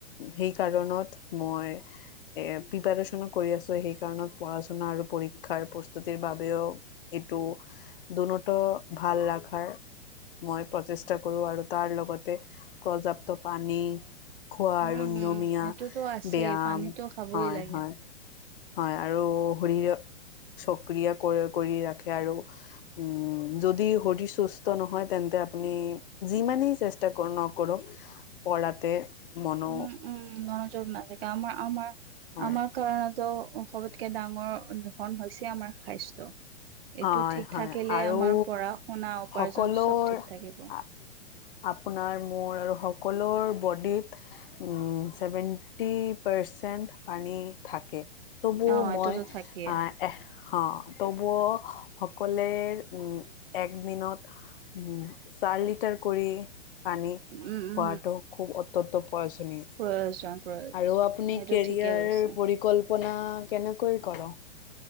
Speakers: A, on the left; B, on the right.
A: সেই কাৰণত মই এ প্ৰিপাৰেচনো কৰি আছোঁ সেই কাৰণত পঢ়া শুনা আৰু পৰি ক্ষাৰ প্ৰস্তুতিৰ বাবেও এইটো দুনটো ভাল ৰাখাৰ মই প্ৰচেষ্টা কৰোঁ আৰু তাৰ লগতে পৰ্যাপ্ত পানী খোৱা
B: উম
A: আৰু নিয়মীয়া
B: হম। সেইটোতো আছেই
A: ব্যাম,
B: পানীতো খাবই
A: হয়
B: লাগে।
A: হয় হয়, আৰু শৰীৰ চক্ৰীয় কৰি কৰি ৰাখে আৰু উম, যদি শৰীৰ সুস্থ নহয় তেন্তে আপুনি যিমানেই চেষ্টা কৰ নকৰক পঢ়াতে মনো
B: উম উম, মনোযোগ নাথাকে আমাৰ আমাৰ
A: হয়
B: আমাৰ কাৰণতো সবতকে ডাঙৰ ধন হৈছে আমাৰ স্বাস্থ্য। এইটো
A: হয়
B: ঠিক
A: হয়
B: থাকিলে
A: আৰু
B: আমাৰ পঢ়া শুনা উপাৰ্জন
A: সকলোৰ
B: চব ঠিক থাকিব।
A: আপোনাৰ মোৰ আৰু সকলোৰ বডিত উম, ছেভেণ্টি পাৰ্চেণ্ট পানী থাকে। তবু
B: অ এইটোতো
A: মই
B: থাকিয়ে।
A: আ এহ অ' তবু সকলে উম, একদিনত উম, চাৰ লিটাৰ কৰি- পানী
B: উম
A: খোৱাটো
B: উম।
A: খুব অত্যন্ত প্ৰয়োজনীয়।
B: প্ৰয়োজন প্ৰয়োজন
A: আৰু আপুনি
B: সেইটো
A: কেৰিয়াৰ
B: ঠিকে কৈছে।
A: পৰিকল্পনা কেনেকৈ কৰে?